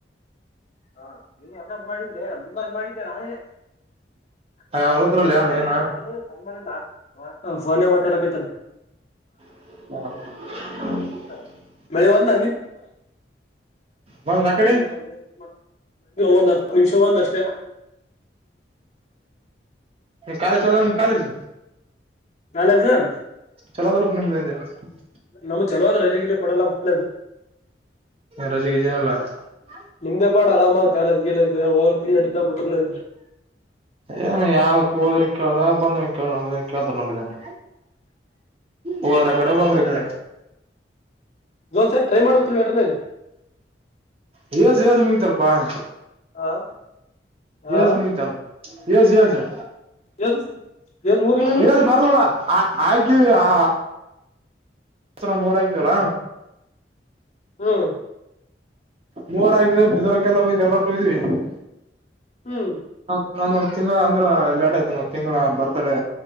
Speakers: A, on the left; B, on the right.
A: ಹಾ ನೀನ್ ಎಲ್ಲಾರ ಮಾಡಿಲ್ಲೆ ನಿ ಮಾಡಿದ್ದಾನೆ <unintelligible> <unintelligible>
B: ಅವ್ರತ್ರಲ್ಲ ಯಾರ ಏನ
A: ಫೋನೇ ಮಾತಾಡಕ್ ಆಗ್ತಾಯಿಲ್ಲ
B: ಹಾ <inaudible>
A: ಬಿಟ್ಟಾನ ಮಳೆ ಒಂದ್
B: ಬಂದ್ ಆ
A: <unintelligible>
B: ಕಡೆ
A: ಒಂದ್ ಹತ್ತು ನಿಮಿಷ ಒಂದಷ್ಟಕ
B: ಕಾಲೇಜ್ ಚಲೋ ನಿಮ್ ಕಾಲೇಜ್
A: <unintelligible> <inaudible> <unintelligible>
B: ಚಲೋದಲ ನಿಮೆ <unintelligible>
A: ನಮ್ ಚಲೋಾದ್ರಜಗ ಕೊಡಲ್ಲ ಕಾಲ <unintelligible>
B: ರಜೆೆಗೆ ಜನಲ್ಲ <unintelligible>
A: ನಿಮ್ದೆ ಪಾಡ್ ಆರಾಮಾಗಿ ಕಾಲೇಜ್ <unintelligible> ಗಲ್ಲ ಹೋಗ ತಿ ನಡಿದ್ದ ಬಿಟರು ನಡಿದ್ದ
B: ಏನು ಯಾವಕ್ ಹೋದ್ರನ್ ಕೇಳ್ದ ಬಂದನ್ ಕೇಳಳ್ ನಂಬುದನ ಕೇಳ್ತಾರ ನಂಬಿದೇನ ಹೋದ್ರ ಕಡೆ ಬಂದ್ರ ಈ ಕಡೆ.
A: ಒಂದು ಸರಿ ಟ್ರೈ ಮಾಡ್ಬೇಕಿಲನ ವೆಟರ್ನರಿ.
B: ಜು ಯಜು ಮುಗತಾರಪ್ಪಾ <unintelligible>
A: ಹಾ ಹಾ
B: ಜು ಮುಗತ. ಯುಎಸ್ ಯುಸ್ ಎ
A: ಏಸ್ ಏಸ್ ಮುಗಿದ ನೀನು
B: ಜ್ ಬರ್ಲ. ಆಯ್ತು ಹಾ. ದಸರ <unintelligible> ಆಕಿದಲ.
A: ಹ್ಮ್
B: ಮೂವರ ಆಗಿದೆ ಬಿದರಕ್ಕೆಲ್ಲ ಎಲ್ಲಾ ಹೊಯ್ದಿ ಕುಯ್ದಿ.
A: ಹ್ಮ್
B: ನಂದ ಒಂದ್ ತಿಂಗಳ ಅಂದ್ರ ಲೇಟ್ ಆಯ್ತ ಒಂದ್ ತಿಂಗಳ ಬರ್ತ್ಡೇ